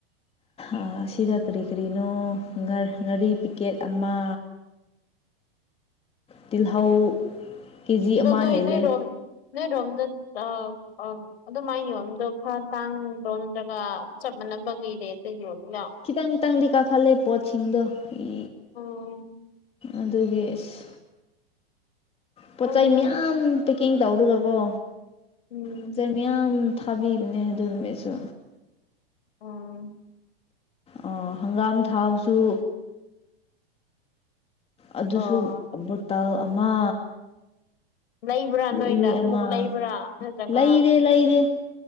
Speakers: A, on the left; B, on the left.
A: ꯑꯥ ꯁꯤꯗ ꯀꯔꯤ ꯀꯔꯤꯅꯣ ꯉꯔ ꯉꯥꯔꯤ ꯄꯤꯛꯀꯦꯠ ꯑꯃꯥ ꯇꯤꯜꯍꯧ ꯀꯦ ꯖꯤ
B: ꯗꯣ
A: ꯑꯃ
B: ꯅꯣꯏ
A: ꯍꯦꯜꯂꯦ
B: ꯅꯣꯏꯔꯣꯝ ꯅꯣꯏꯔꯣꯝꯗ ꯇ <unintelligible> ꯑꯗꯨꯃꯥꯏ ꯌꯣꯟꯕꯗꯣ ꯈꯔ ꯇꯥꯡꯗꯔꯣ ꯅꯠꯇ꯭ꯔꯒ ꯆꯞ ꯃꯥꯟꯅꯕꯒꯤ ꯔꯦꯠꯇ ꯌꯣꯜꯂꯤꯔꯣ
A: ꯈꯤꯇꯪ ꯈꯤꯇꯪꯗꯤ ꯀꯥꯈꯠꯂꯦ ꯄꯣꯠꯁꯤꯡꯗꯣ ꯏ
B: ꯑꯣ
A: ꯑꯗꯨꯒꯤ ꯏꯁ ꯄꯣꯠꯆꯩ
B: ꯍꯣꯏꯗ
A: ꯃꯌꯥꯝ ꯄꯦꯛꯀꯤꯡ ꯇꯧꯔꯒꯒꯣ
B: ꯎꯝ
A: ꯄꯣꯠꯆꯩ ꯃꯌꯥꯝ ꯊꯥꯕꯤꯕꯅꯦ ꯑꯗꯨꯅꯨꯃꯤꯠꯁꯨ
B: ꯎꯝ
A: ꯑꯣ ꯍꯪꯒꯥꯝ ꯊꯥꯎꯁꯨ ꯑꯗꯨꯁꯨ
B: ꯑꯣ
A: ꯕꯣꯇꯜ ꯑꯃ
B: ꯂꯩꯕ꯭ꯔꯥ
A: ꯂꯤꯛꯂꯤ
B: ꯅꯣꯏꯗ
A: ꯑꯃ
B: ꯑꯃꯨꯛ ꯂꯩꯕ꯭ꯔꯥ ꯅꯠꯇ꯭ꯔꯒ
A: ꯂꯩꯗꯦ ꯂꯩꯗꯦ